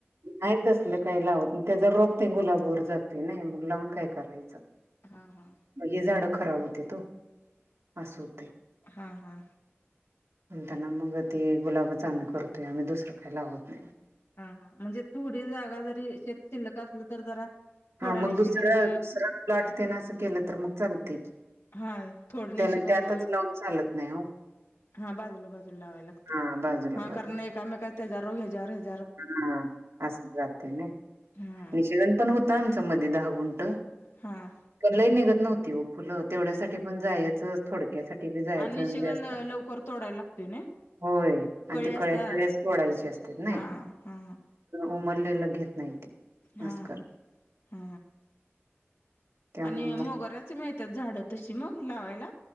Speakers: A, on the right; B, on the left.
A: नाही तसलं काही लावत त्या ज रोप ते गुलाबर जाते ना मग लावून काय करायचं.
B: हा हा.
A: मग हे झाडं खराब होत्यात हो असं होतंय.
B: हा हा.
A: पण त्यांना मग ते गुलाबच आम्ही करतोय आम्ही दुसरं काही लावत नाही.
B: हा ह म्हणजे थोडी जागा जरी शेत शिल्लक असलं तर जरा थोडा
A: हा मग
B: निशिगंध
A: दुसरं दुसर प्लॉट त्यांन असं केलं तर मग चालतंय की
B: हा थोड
A: त्याला
B: निशिगंध.
A: त्यातच लावून चालत नाही हो
B: हा बाजूला बाजू लावाय लागते
A: हा बाजूला
B: हा
A: बाजूला
B: कारण एकामेका त्याज रोग ह्याज
A: हा असं जातं ना
B: हा
A: निषेधन पण होत आमच्या मध्ये दहा गुंट
B: हा
A: कलही निघत नव्हती फुलं तेवढ्यासाठीठी पण जायच थोडक्यासाठी बी जायचं
B: आणि नि शिगंध
A: जास्त
B: लवकर तोडायला लागते ना.
A: होय आणि
B: कळी
A: ती
B: असत्या
A: कळ्या कळ्यास तोडायची असत्यात ना.
B: हा हा
A: उमरलेला घेत नाही ते.
B: हा
A: आजकाल
B: हा
A: त्यामुळे
B: आणि
A: मग
B: मोगऱ्याच मिळ त्या झाडं तशी मग लावायला.